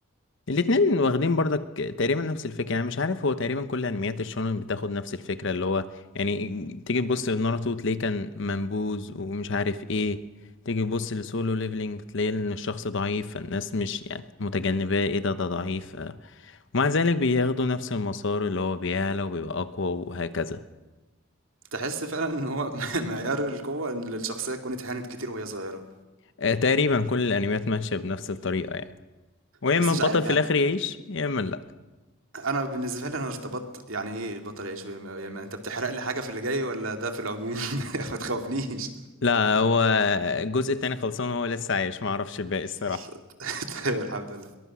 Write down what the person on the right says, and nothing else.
تحس فعلا ان هو <laughs> معيار القوة ان الشخصية كانت هانت كتير وهي صغيرة
بس
مش عارف
يعني
انا بالنسبه لي انا ارتبطت يعني ايه البطل يعيش ويم- ويم- انت بتحرق لي حاجه في اللي جاي ولا ده في العموم <laughs> ما تخافنيش
<laughs>
طيب الحمد لله